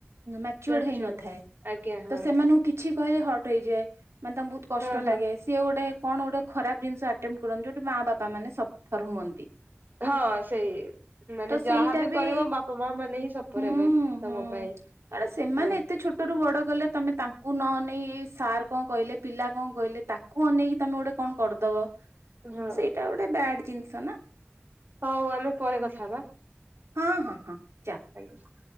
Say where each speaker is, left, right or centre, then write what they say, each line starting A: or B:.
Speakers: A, on the right; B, on the right.
A: ମାଚୋର
B: ମ୍ୟାଚୁର
A: ହେଇନଥାଏ
B: ଆଜ୍ଞା ହଁ
A: ତ ସେମାନଙ୍କୁ କିଛି କହିଲେ ହଟ୍ ହେଇଯାଏ, ମାନେ ତାଙ୍କୁ ବହୁତ କଷ୍ଟ
B: ହଁ ହଁ
A: ଲାଗେ ସିଏ ଗୋଟେ କଣ ଗୋଟେ ଖରାପ ଜିନିଷ ଆଟେମ୍ କରନ୍ତି ଗୋଟେ ମା ବାପା ମାନେ ସଫର ହୁଅନ୍ତି।
B: ହଁ ସେଇ ମାନେ
A: ତ ସେଇଟା
B: ଯାହାବ
A: ବି
B: କରିବ ବାପା ମା ମାନେ ହିଁ ସପରେ
A: ହୁଁ
B: ହେବେ ତମ
A: ହୁଁ
B: ପାଇଁ।
A: କାରଣ ସେମାନେ
B: ହଁ
A: ଏତେ ଛୋଟ ରୁ ବଡ ଗଲେ ତମେ ତାଙ୍କୁ ନ ସାର୍ କଣ କହିଲେ ପିଲା କଣ କହିଲେ ତାକୁ ଅନେଇକି ତମେ ଗୋଟେ କଣ କରିଦବ।
B: ହଁ
A: ସେଇଟା ଗୋଟେ ବ୍ୟାଡ ଜିନିଷ ନା।
B: ହଉ ଆମେ ପରେ କଥା ହବା
A: ହଁ ହଁ ହଁ ଯା
B: ଆଜ୍ଞ।